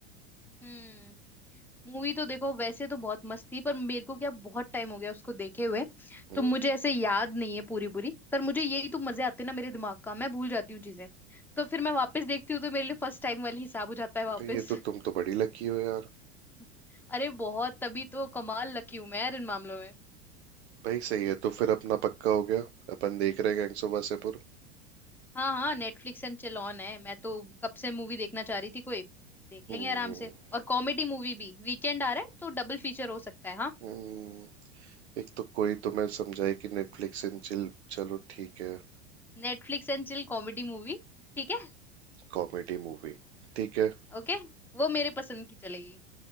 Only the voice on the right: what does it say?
हम्म
भाई ये तो तुम तो बड़ी लकी हो यार
भाई सही है तो फिर अपना पक्का हो गया अपन देख रहे हैं गैंग्स ऑफ वासेपुर
हम्म
हम्म, एक तो कोई तो मैं समझाई कि नेटफ्लिक्स एंड चिल चलो ठीक है
Comedy movie ठीक है